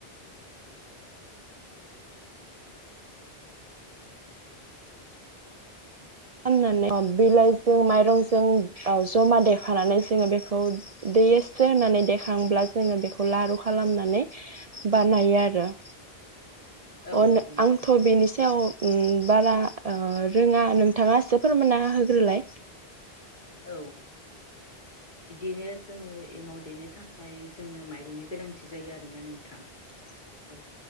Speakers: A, on the right (about 45°); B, on the left (about 45°).
A: खालामनानै बिलाइजों माइरंजों जमा देखानानै जोङो बेखौ दै एसो होननानै देखांब्ला जोङो बेखौ लारु खालामनानै बानायो आरो
B: औ
A: अ
B: नंगौ
A: नो-
B: नोंथां
A: आंथ' बेनि सायाव ओम ओ बारा रोङा नों नोंथाङा एसे फोरमायना होग्रोलाय
B: औ बिदिनो जोङो एमाव देनो थाखाय जोंनो माइरंनि गोनांथि जायो आरोना नोंथां।
A: <inaudible>
B: औ